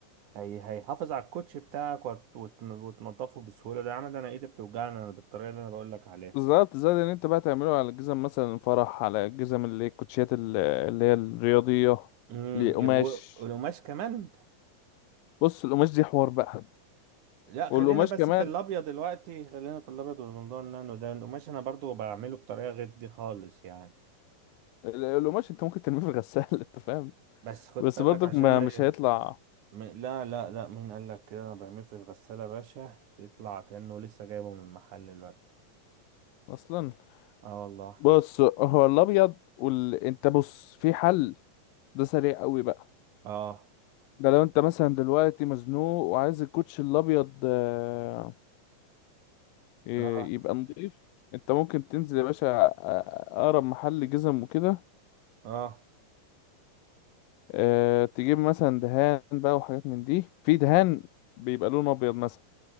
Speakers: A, on the right; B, on the left.
A: هي هيحافظ على الكوتشي بتاعك وت- وتن- وتنضفه بسهولة ده يا عم ده انا ايدي بتوجعني انا بالطريقة اللي انا بقول لك عليها
B: بالظبط زائد ان انت بقى تعمله على الجزم مثلا فرح على الجزم اللي هي الكوتشيات ال- اللي هي الرياضية
A: امم
B: لقماش
A: و- والقماش كمان
B: بص القماش دي حوار بقى
A: لا خلينا
B: والقماش
A: بس
B: كمان
A: في الابيض دلوقتي خلينا في الابيض والموضوع النانو ده القماش انا برضو بعمله بطريقه غير دي خالص يعني
B: ال- القماش انت ممكن ترميه في الغسالة <laughs> انت فاهم
A: بس خد
B: بس
A: بالك
B: برضك
A: عشان
B: ما
A: ما
B: مش
A: يت-
B: هيطلع
A: م- لا لا لا مين قال لك كده انا بعمله في الغساله يا باشا بيطلع كانه لسه جايبه من المحل دلوقتي
B: اصلا
A: اه والله
B: بص هو الابيض وال... انت بص في حل ده سريع قوي بقى
A: اه
B: ده لو انت مثلا دلوقتي مزنوق وعايز الكوتش الابيض آه، ي-
A: اه
B: يبقى نضيف انت ممكن تنزل يا باشا آه، اقرب محل جزم وكده
A: اه
B: آه، تجيب مثلا دهان بقى وحاجات من دي في دهان بيبقى لونه ابيض مثلا